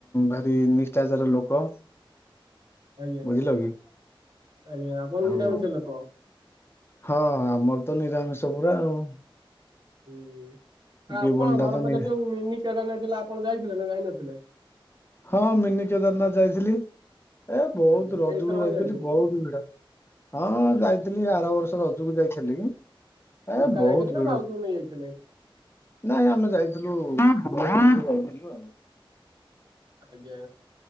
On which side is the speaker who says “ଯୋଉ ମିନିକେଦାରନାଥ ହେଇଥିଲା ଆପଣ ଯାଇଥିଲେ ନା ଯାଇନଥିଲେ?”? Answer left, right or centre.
Right